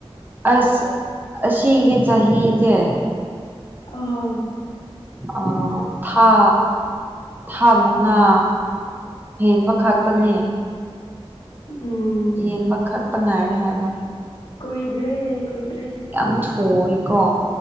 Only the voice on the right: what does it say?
ꯑꯁ ꯑꯁꯤꯒꯤ ꯆꯍꯤꯁꯦ
ꯑꯥ ꯊꯥ ꯊꯥ ꯃꯉꯥ ꯍꯦꯟꯕ ꯈꯛꯇꯅꯦ
ꯌꯦꯡꯕ ꯈꯛꯄ ꯉꯥꯏꯔꯦ ꯍꯥꯏꯕ
ꯌꯥꯝ ꯊꯨꯏꯀꯣ